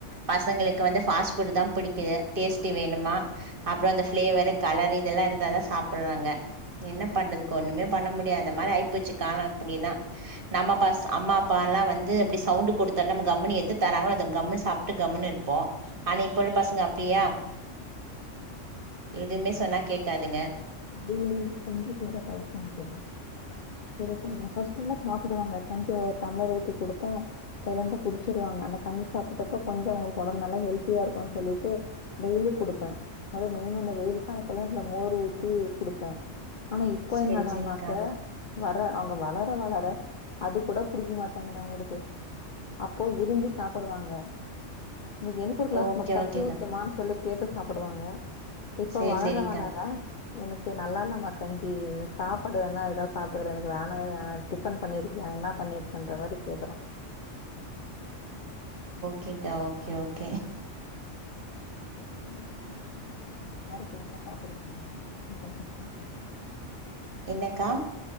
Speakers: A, on the right; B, on the left.
A: பசங்களுக்கு வந்து ஃபாஸ்ட் ஃபுட்டு தா புடிக்குது டேஸ்ட்டி வேணுமா அப்றோ அந்த ஃப்ளேவரு கலரு இதெல்லா இருந்தாதா சாப்பிட்றாங்க என்ன பண்றதுக்கு ஒர்னுமே பண்ண முட்ல் ஏ அந்த மாரி ஆய்ப்போச்சு காலம் இப்டினா நம்ம பஸ் அம்மா அப்பாலா வந்து அப்டி சவுண்ட் குடுத்தோன நம்ம கம்முனு எடுத்து தராங்களோ அத கம்முனு சாப் ட்டு கம்முனு இருப்போ ஆனா இப்ப உள்ள பசங்க அப்டியா எதுமே சொன்னா கேக்காதுங்க
B: ம் டெய்லி கஞ்சி போட்ற பழக்கோ இருக்குதா இருக்குங்க ஃபஸ்டெல்லா சாப்டுவாங்க கஞ்சி ஒரு டம்ளர் ஊத்தி குடுத்தா செரின்ட்டு குடிச்சிருவாங்க அந்த கஞ்சி சாப்பிட்டப்ப கொஞ்ச அவங்களுக்கு ஒடம்பு நல்லா ஹெல்தியா இருக்குன் சொல்லிட்டு டெய்லி குடுப்பே அதுமே இன்று இந்த வெயில் காலத்துல இதுல மோர் ஊத்தி குடுப்பே ஆனா இப்போ
A: சேரி
B: என்னடான்னாக்க
A: சேரிக்கா
B: வர அவ்ங்க வளர வளர அது கூட புடிக்க மாட்டேங்குது அவ்ங்களுக்கு அப்போ விரும்பி சாப்புடுவாங்க எனக்கு எனக்கு ஒரு கிளாஸ்மா
A: ஓகே
B: கஞ்சி
A: ஓகேக்கா
B: ஊத்துமான் சொல்லி கேட்டு சாப்புடுவாங்க இப்ப
A: சேரி
B: வளர
A: சேரிக்கா
B: வளர எனக்கு நல்லா இல்லமா கஞ்சி எனக்கு சாப்பாடு வேணா எதாவ்து சாப்ட்டுக்குறே எனக்கு வேணவே வேணா டிஃபன் பண்ணிருக்கியா என்னா பண்ணிருக்கன்ற மாரி கேக்குறா
A: சேரிடா ஓகே ஓகே
B: ஒங்க பசங்க சாப்டுவாங்களா வல்லார கீரயெல்லா சாப்டுவாங்களா உங்க பசங்க
A: என்னக்கா